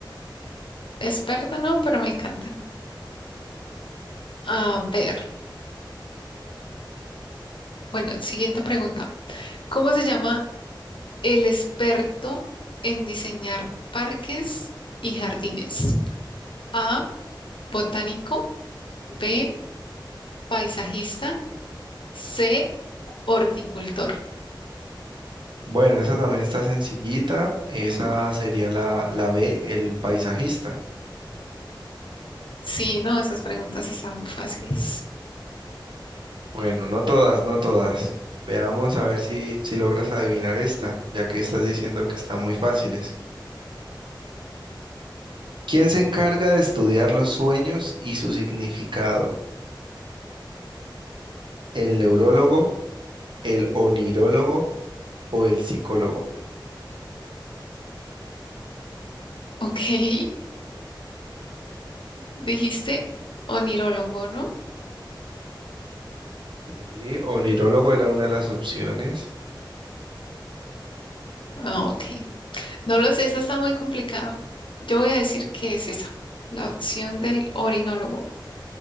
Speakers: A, on the left; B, on the right.
A: Experta no, pero me encantan. A ver, bueno, siguiente pregunta. ¿Cómo se llama el experto en diseñar parques y jardines? A, botánico, B, paisajista, C, horticultor.
B: Bueno, esa también está sencillita. Esa sería la, la B, el paisajista.
A: Sí, no, esas preguntas están muy fáciles.
B: Bueno, no todas, no todas. Veamos a ver si, si logras adivinar esta, ya que estás diciendo que están muy fáciles. ¿Quién se encarga de estudiar los sueños y su significado? ¿El neurólogo, el onirólogo o el psicólogo?
A: Ok, <laughs> dijiste onirólogo, ¿no?
B: Sí, onirólogo era una de las opciones.
A: Ah, ok. No lo sé, esa está muy complicada. Yo voy a decir que es esa, la opción del orinólogo.